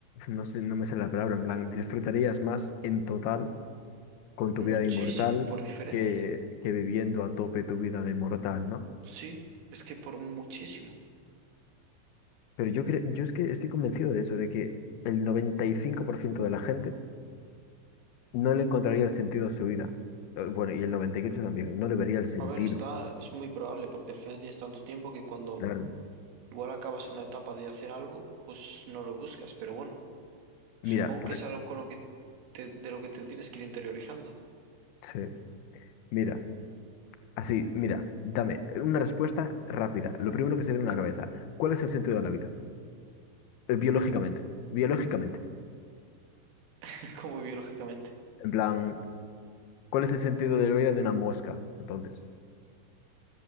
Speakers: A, on the left (about 65°); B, on the right (about 85°).
A: no sé, no me sale la palabra, en plan, disfrutarías más en total con tu
B: Muchísimo,
A: vida de inmortal
B: por diferencia.
A: que, que viviendo a tope tu vida de mortal, ¿no?
B: Sí, es que por muchísimo.
A: Pero yo creo, yo es que estoy convencido de eso, de que el 95% de la gente no le encontraría el sentido a su vida. Eh, Bueno, y el 98 también, no le vería el sentido.
B: A ver, está, es muy probable porque al final tienes tanto tiempo que cuando
A: Claro.
B: igual acabas una etapa de hacer algo, pues no lo buscas, pero bueno,
A: Mira,
B: supongo
A: por-
B: que es algo con lo que te- de lo que te tienes que ir interiorizando,
A: sí, mira, así, mira, dame una respuesta rápida. Lo primero que se viene a la cabeza. ¿Cuál es el sentido de la vida? Eh, Biológicamente,
B: Mm,
A: biológicamente.
B: <laughs> como biológicamente.
A: En plan, ¿cuál es el sentido de la vida de una mosca? Entonces,